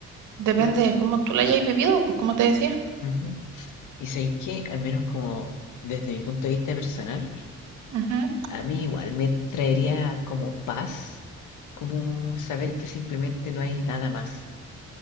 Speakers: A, on the right; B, on the left.
A: Depende
B: Pero,
A: de cómo tú la hayas vivido, pues como te decía.
B: ujú. Y sabéis que, al menos como desde mi punto de vista personal,
A: Ujú.
B: A mí igual me traería como paz, como saber que simplemente no hay nada más,